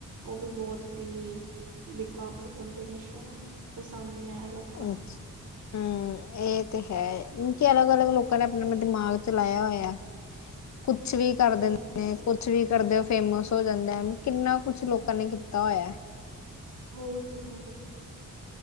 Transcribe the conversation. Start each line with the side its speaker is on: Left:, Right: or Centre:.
Right: ਉ ਵੀ ਬਹੁਤ ਹੀ ਬੇਕਾਰ ਕੋਬੀਨੇਸ਼ਨ ਏ ਪਸੰਦ ਨੀ ਆਇਆ ਲੋਕ
Left: ਅੱਛਾ, ਹੂੰ, ਇਹ ਤੇ ਹੈ। ਕਿ ਅਲੱਗ-ਅਲੱਗ ਲੋਕਾਂ ਨੇ ਆਪਣਾ-ਆਪਣਾ ਦਿਮਾਗ ਚਲਾਇਆ ਹੋਇਆ ਐ। ਕੁਛ ਵੀ ਕਰ
Right: ਹੋਰ
Left: ਦਿੰਦੇ
Right: ਕੀ,
Left: ਨੇ ਕੁਛ ਵੀ ਕਰਦੇ ਹੋ ਫੇਮਸ ਹੋ ਜਾਂਦਾ ਹੈ, ਕਿੰਨਾ ਕੁਛ ਲੋਕਾਂ ਨੇ ਕੀਤਾ ਹੋਇਆ ਐ।
Right: ਹੋਰਕੇ-ਹੋਰਕੇ।